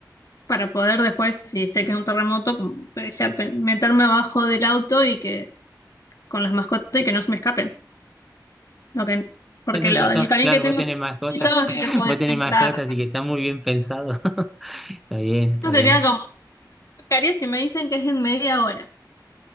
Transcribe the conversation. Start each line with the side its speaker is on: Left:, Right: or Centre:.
Left: para poder después, si sé que es un terremoto, como te decía, pe- meterme abajo del auto y que con las mascotas y que no se me escapen. lo que, porque
Centre: Tienes
Left: lo,
Centre: razón,
Left: el canil
Centre: claro,
Left: que tengo
Centre: vos tenés
Left: es
Centre: mascotas,
Left: chiquito, así
Centre: <laughs>
Left: que puedo
Centre: vos tenés
Left: entrar.
Centre: mascotas, así que está muy bien pensado. <laughs> Está bien,
Left: Eso
Centre: está bien.
Left: sería como lo que haría si me dicen que es en media hora.